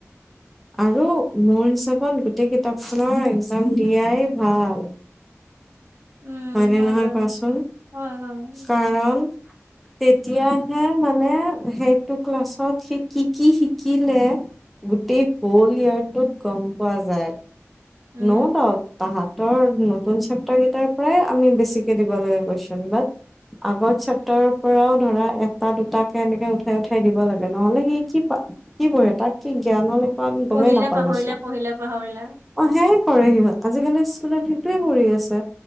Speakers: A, in the centre; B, on the right.
A: আৰু মোৰ হিচাপত গোটেই কিতাপখনৰ এক্জাম দিয়াই ভাল।
B: উম
A: হয়নে
B: হয়
A: নহয়
B: বাৰু
A: কোৱাচোন?
B: হয় হয় উম।
A: কাৰণ তেতিয়াহে মানে সেইটো ক্লাছত সি কি কি শিকিলে গোটেই হৌল ইয়াৰটোত গম পোৱা যায়,
B: উম
A: নৌ ডাউট তাহাত তৰ নতুন চেপ্তাৰ কেইটাৰ পৰাই আমি বেছিকে দিব লাগে কোৱেচন বাত <unintelligible> আগৰ চেপ্তাৰৰ পৰাও ধৰা এটা দুট কে এনেকে উঠাই উঠাই দিব লাগে নহলে সি কি <unintelligible> কি পঢ়ে তাক কি জ্ঞান হলে কা আমি
B: পঢ়িলে
A: গমেই নাপালো
B: পাহৰিলে
A: চোন।
B: পঢ়িলে পাহৰিলে
A: <unintelligible> সেয়াই কৰে সিহঁত আজিকালি ষ্টুডেন্ট সেইটোৱে কৰি আছে